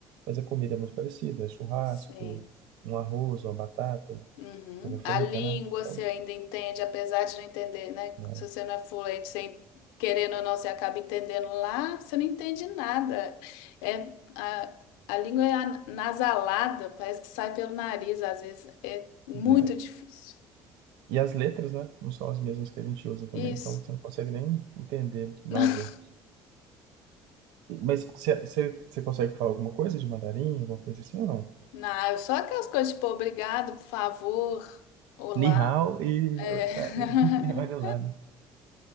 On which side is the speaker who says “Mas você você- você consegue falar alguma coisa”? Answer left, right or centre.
Right